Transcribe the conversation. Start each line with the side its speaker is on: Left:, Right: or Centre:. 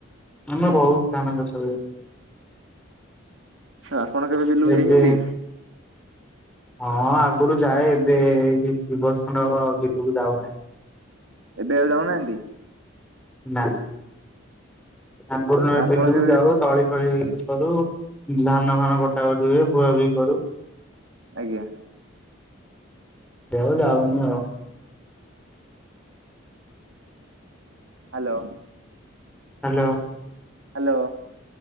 Centre: ଆମର ବହୁତ ଧାନ ଚାଷ ହୁଏ।
Right: ଆପଣ କେବେ ବିଲୁକୁ
Centre: ଏବେ
Right: ଯାଇଛନ୍ତି?
Centre: ହଁ, ଆଗରୁ ଯାଏ। ଏବେ ଦି ବର୍ଷ ଖଣ୍ଡ ହବ, ବିଲୁକୁ ଯାଉନାହିଁ।
Right: ଏବେ ଆଉ ଯାଉନାହାଁନ୍ତି?
Centre: ନା, ଆଙ୍ଗରୁ ନହେଲ
Right: ଆପଣ
Centre: ବିଲୁକୁ
Right: କେବେ
Centre: ଯାଉ। ତଳି ଫଳି- କରୁ। ଧାନ ଫାନ କଟାକଟି ହୁଏ। ଭୁଆ ଭୁହି କରୁ।
Right: ଆଜ୍ଞା
Centre: ଦେ ଆଉ ଯାଉନି ଆଉ।
Right: ହ୍ୟାଲୋ!
Centre: ହାଲୋ!
Right: ହାଲୋ!